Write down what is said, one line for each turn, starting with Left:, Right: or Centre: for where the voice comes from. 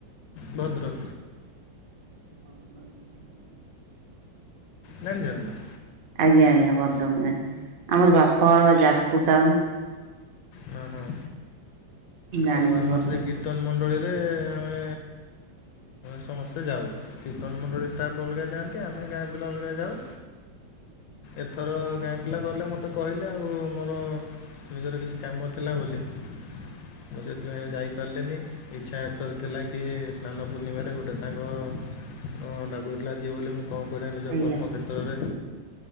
Left: ଭଦ୍ରକ।
Right: ଭଦ୍ରକ ଡିଷ୍ଟ୍ରିକ୍ଟ।
Left: ଜାଣିଛନ୍ତି ନା।
Right: ଆଜ୍ଞା ଆଜ୍ଞା ଭଦ୍ରକ ମୁଁ ଜଣେ ଆମର ବାପଘର ବା ଯାଜପୁର ଟାଉନ।
Left: ହଁ ହଁ।
Right: ମୁଁ ଜାଣିଛି
Left: ତ ଆମର
Right: ଭଦ୍ରକ
Left: ସେ କୀର୍ତ୍ତନ ମଣ୍ଡଳୀରେ ଆମେ ସମସ୍ତେ ଯାଉ କୀର୍ତନମଣ୍ଡଳୀ ଷ୍ଟାଫ୍ ଅଲଗା ଯାଆନ୍ତି। ଆମେ ଗାଁ ପିଲା ଅଲଗା ଯାଉ। ଏଥର ଗାଁ ପିଲା ଗଲେ। ମୋତେ କହିଲେ ଆଉ ମୋର ନିଜର କିଛି କାମ ଥିଲା ବୋଲି ମୁଁ ସେଥିପାଇଁ ଯାଇପାରିଲିନି ଇଚ୍ଛା ଏଥର ଥିଲା କି ସ୍ନାନ ପୂର୍ଣ୍ଣିମାରେ ଗୋଟେ ସାଙ୍ଗ ହଁ ଡାକୁଥିଲା ଯିବି ବୋଲି ମୁଁ କରିବା ନିଜ
Right: ଆଜ୍ଞା
Left: କର୍ମ କ୍ଷେତ୍ରରେ